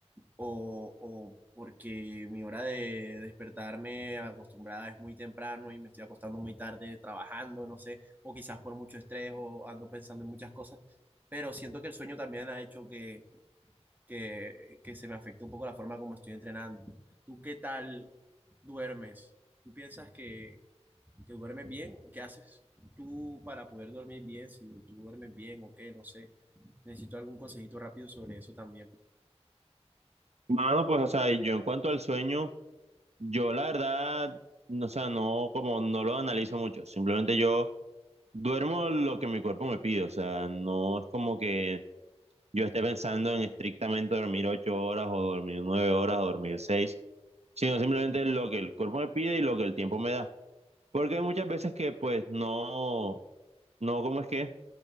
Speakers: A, on the right; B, on the right.
A: o, o porque mi hora de despertarme acostumbrada es muy temprano y me estoy acostando muy tarde trabajando, no sé, o quizás por mucho estrés o ando pensando en muchas cosas, pero siento que el sueño también ha hecho que, que, que se me afecte un poco la forma como estoy entrenando. ¿Tú qué tal duermes? ¿Tú piensas que, que duermes bien? ¿Qué haces tú para poder dormir bien? Si tú duermes bien o qué, no sé. Necesito algún consejito rápido sobre eso también.
B: Mano, pues, o sea, yo en cuanto al sueño, yo la verdad, no, o sea, no, como no lo analizo mucho, simplemente yo duermo lo que mi cuerpo me pide, o sea, no es como que yo esté pensando en estrictamente dormir ocho horas o dormir nueve horas o dormir seis, sino simplemente lo que el cuerpo me pide y lo que el tiempo me da. Porque hay muchas veces que pues no, no, ¿cómo es que?